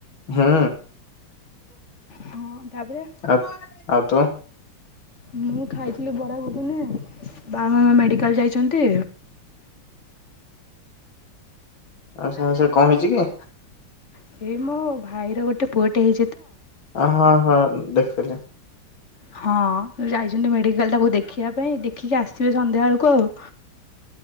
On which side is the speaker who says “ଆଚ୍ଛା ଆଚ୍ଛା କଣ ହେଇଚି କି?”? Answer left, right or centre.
Left